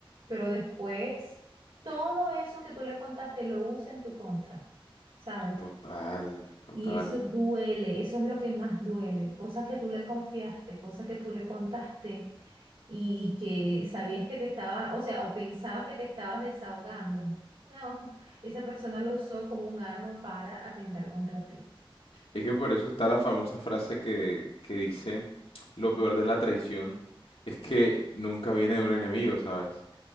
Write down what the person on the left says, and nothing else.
Total, total.
Es que por eso está la famosa frase que, que dice, lo peor de la traición es que nunca viene de un enemigo, ¿sabes?